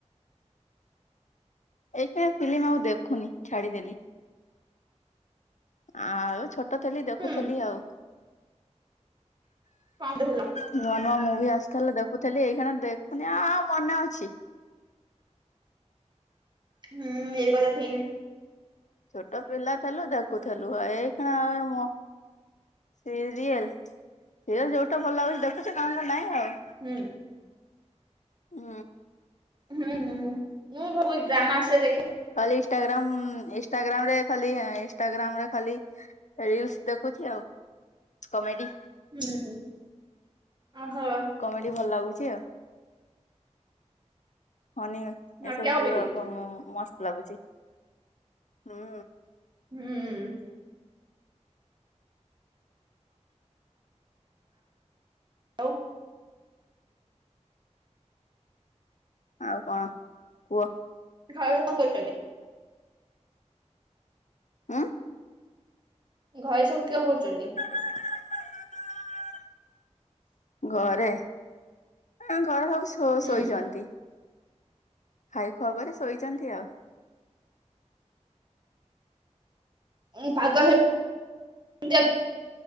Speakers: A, on the left; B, on the right.
A: ଏଇଥି ପାଇଁ ଫିଲ୍ମ୍ ଆଉ ଦେଖୁନି ଛାଡ଼ିଦେଲି। ଆ-ଆଉ ଛୋଟ ଥିଲି ଦେଖୁ
B: ହୁଁ
A: ଥିଲି ଆଉ।
B: କଣ ଦେଖୁଥିଲ?
A: ନୂଆ ନୂଆ ମୁଭି ଆସୁଥେଲା ଦେଖୁଥେଲି ଏଇଖେନା ଦେଖୁନି ଆ-ଆଉ ମନେ ଅଛି।
B: ହୁଁ-ଉ-ଉ ଏଇ କଥା ଠିକ୍।
A: ଛୋଟ ପିଲା ଥେଲୁ ଦେଖୁ ଥେଲୁ ଆ ଏଇଖେନା-ଆ-ଆ ଏ ମନ ସିରିଏଲ୍ ସିରିଏଲ୍ ଯୋଉଟା ଭଲ୍ ଲାଗୁଛି ଦେଖୁଛି ନହେଲେ ନାହିଁ ଆଉ।
B: ହୁଁ।
A: ହୁଁ।
B: ହୁଁଁ ହୁଁ ମୁଁ ବହୁତ୍ ଡ୍ରାମା ସେ ଦେଖେ।
A: ଖାଲି ଇନଷ୍ଟାଗ୍ରାମ୍-ଅ-ଅ ଇନଷ୍ଟାଗ୍ରାମ୍ ରେ ଖାଲି ଏ ଇନଷ୍ଟାଗ୍ରାମ୍ ରେ ଖାଲି ରିଲ୍ସ ଦେଖୁଛି ଆଉ କମେଡି।
B: ହୁଁ ଆଃ ହଁ।
A: କମେଡି ଭଲ୍ ଲାଗୁଛି ଆଉ ଅନେଇ
B: ନଟିଆ
A: ଏସବୁ
B: କମିଟି
A: ପୁରା ହଁ ମମ୍ ମସ୍ତ୍ ଲାଗୁଚି ହୁଁ।
B: ହୁଁ। ଆଉ
A: ଆଉ କଣ କୁହ?
B: <inaudible>
A: ଆଁ
B: ଘରେ ସବୁ କେଣ କରୁଚନ୍ତି?
A: <unintelligible> ଘରେ ଆଁ ଘରେ ସବୁ ଶୋ
B: ହୁଁ
A: ଶୋଇଛନ୍ତି। ଖାଇ ଖୁଆ କରି ଶୋଇଚନ୍ତି ଆଉ।
B: ହୁଁ ପାଗ ସେମିତି ଅଛି।